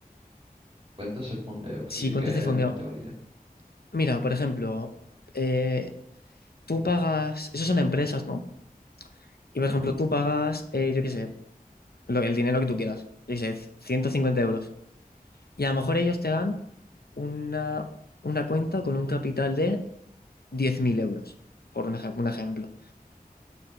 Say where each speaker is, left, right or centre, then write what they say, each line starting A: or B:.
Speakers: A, on the right; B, on the left.
A: Cuentas de fondeo,
B: Si
A: eso sí
B: cuentas
A: que
B: de fondeo,
A: no tengo ni idea.
B: mira, por ejemplo, eh, tú pagas, esos son empresas, ¿no? Y por
A: Ujú.
B: ejemplo, tú pagas, eh, yo qué sé, lo, el dinero que tú quieras, yo qué sé, c- 150 euros. Y a lo mejor ellos te dan una, una cuenta con un capital de 10.000 euros, por un, ejem- un ejemplo.